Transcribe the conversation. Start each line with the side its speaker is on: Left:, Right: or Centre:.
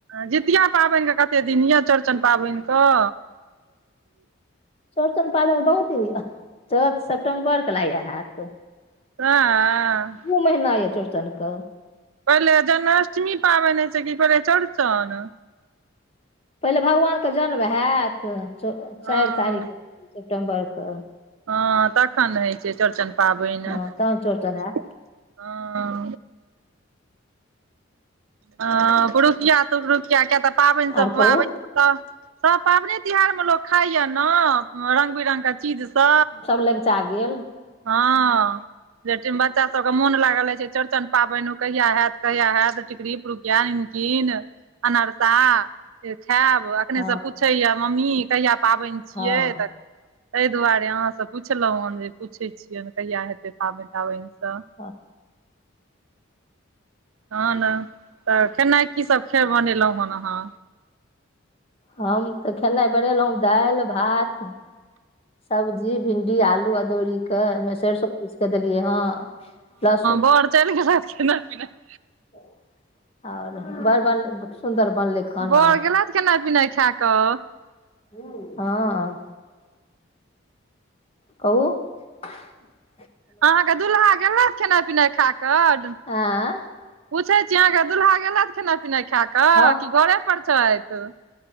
Right: जितिया पाबैन कऽ कतै दिन यऽ चौरचन पाबैन कऽ
Left: चौरचन पाबैन कऽ बहुत दिन यऽ चौदह सेपटम्बर कऽ लागैय हैत
Right: <unintelligible>
Left: दु महीना यऽ चौड़चन कऽ
Right: पहिले जन्माष्टमी पाबैन होइ छै की पहिले चौरचन।
Left: पहिले भगवान कऽ जन्म हैत चाइर
Right: हँ
Left: तारीख सेप्टेम्बर कऽ
Right: हँ तखन हैइ छै चौरचन पाबैन
Left: हँ
Right: <inaudible>
Left: तहन चौरचन हैत
Right: हँ। हँ पुरुकिया तुरुकिया किया तऽ पाबैन सभ
Left: आर कहू
Right: आबै तऽ तऽ पाबैने तिहार में लोक खाइ यऽ न रंग बिरंग केँ चीज सब।
Left: लगचा गेल।
Right: हँ जहठिम बच्चा सब कऽ मोन लागाल रहय चौड़चन पाबैन कहिया हैत कहिया हैत टिकड़ी पुरुकिया निमकिन। अनरसा से खैब अखने
Left: हँ
Right: स पूछै यऽ मम्मी कहिया पाबैन छियै
Left: हँ
Right: तऽ तैय दुआरे अहाँ स पुछलौ हन जे पूछै छियैन कहिया हेतै पाबैन ताबैन स
Left: हँऽ
Right: हऽ न तऽ खैनाइ की सब खेर बनेलौ हेन अहाँ
Left: हम तऽ खेनाइ बनेलौ दाइल भात सब्जी भिण्डी आलू अदौड़ी कऽ ओइमें सेेरसो पीस कऽ देलियै हँ लहसुन
Right: <unintelligible> <unintelligible>
Left: <inaudible> और बर बनलै सुन्दर बनलै खाना
Right: बर गेलैथ खैनाइ पिनाइ खै कऽ
Left: <unintelligible> हँ कहु <unintelligible>
Right: अहाँ कऽ दुल्हा गेलेथ खेनाइ पिनाइ खा कऽ
Left: <unintelligible>
Right: पूछैत छी अहाँ कऽ दुल्हा गेलेथ खेनाइ पिनाइ खा कऽ
Left: हँ
Right: कि घरे पर छैथ